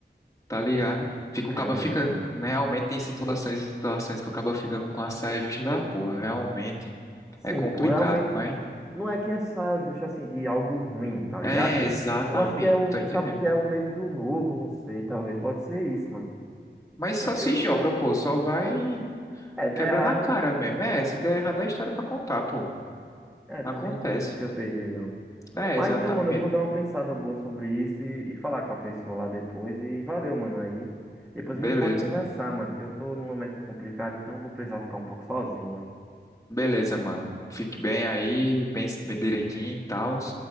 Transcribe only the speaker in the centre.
realmente,
realmente.
Sim,
pô, realmente
não é que essa justa assim de algo ruim, tá ligado?
Eu acho que é um,
sabe o que é um medo do novo, não sei, talvez pode ser isso, mano.
Acho
que é porque
eu nunca,
é, dá
errado,
é, também
não tem muito o que eu perder, não.
Mas
então, mano, eu vou dar uma pensada boa sobre isso e, e falar com a pessoa lá depois e valeu, mano, aí. Depois
a gente pode conversar, mano, que eu tô num momento complicado, então eu vou precisar ficar um pouco sozinho, mano.